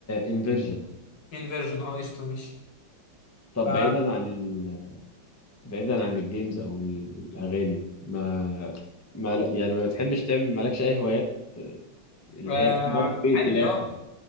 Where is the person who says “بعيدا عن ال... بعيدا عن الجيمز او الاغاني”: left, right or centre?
Left